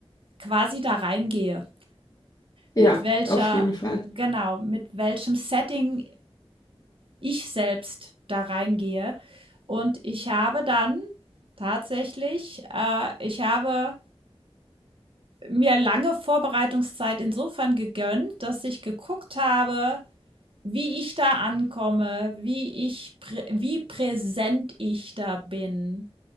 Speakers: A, on the right; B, on the left.
A: quasi da reingehe,
B: Ja,
A: mit welcher,
B: auf jeden Fall.
A: genau, mit welchem Setting ich selbst da reingehe. Und ich habe dann tatsächlich, äh, ich habe mir lange Vorbereitungszeit insofern gegönnt, dass ich geguckt habe, wie ich da ankomme, wie ich, prä wie präsent ich da bin,